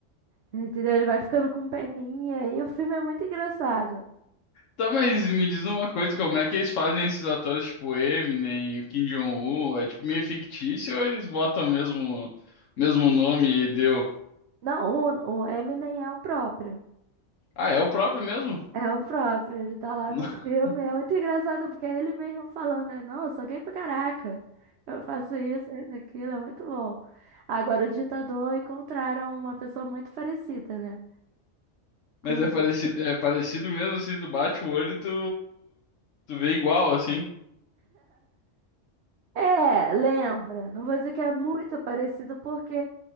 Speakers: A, on the right; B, on the left.
A: Entendeu? Ele vai ficando com peninha e o filme é muito engraçado.
B: Tá, mas me diz uma coisa, como é que eles fazem esses atores tipo Eminem, o Kim Jong-un? É tipo meio fictício ou eles botam mesmo mesmo nome e deu?
A: Não, o, o Eminem é o próprio.
B: Ah, é o próprio mesmo?
A: É o próprio, ele tá lá
B: <laughs>
A: no filme. É muito engraçado porque é ele mesmo falando, né? Não, eu sou gay pra caraca. Eu faço isso, isso, aquilo, é muito bom. Agora, o ditador encontraram uma pessoa muito parecida, né? Com
B: Mas é parecido, é parecido mesmo, assim, tu bate o olho e tu, tu vê igual, assim.
A: É, lembra. Não vou dizer que é muito parecido, porque,